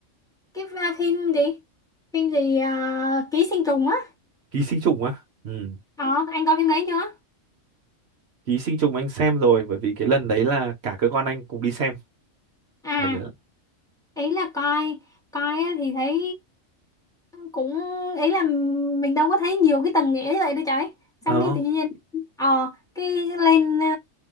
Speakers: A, in the centre; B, on the right.
A: cái à, phim gì phim gì ờ, ký sinh trùng á
B: ký sinh trùng á ừ.
A: Ờ, anh coi phim đấy chưa?
B: ký sinh trùng anh xem rồi bởi vì cái lần đấy là cả cơ quan anh cùng đi xem
A: À,
B: Lần đấy-
A: ý là coi, coi á thì thấy cũng, ý là mình đâu có thấy nhiều cái tầng nghĩa như vậy đâu trời. Xong
B: ờ
A: cái tự nhiên, ờ, cái lên ờ,